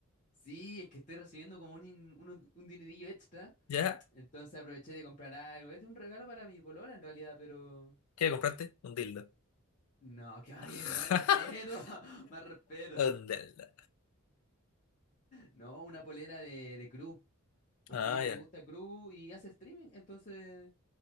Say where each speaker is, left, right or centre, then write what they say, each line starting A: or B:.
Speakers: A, on the left; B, on the left.
A: Sí, es que estoy recibiendo como un, in- uno- un dinerillo extra,
B: ¿Ya?
A: entonces aproveché de comprar algo. Este es un regalo para mi polola en realidad, pero...
B: ¿Qué compraste? Un dildo.
A: No, <laughs> que oye,
B: <laughs>
A: más respeto, <laughs> más respeto.
B: Un dildo.
A: No, una polera de, de Cruz, porque
B: Ah,
A: a ella
B: ya.
A: le gusta Cruz y hace streaming, entonces...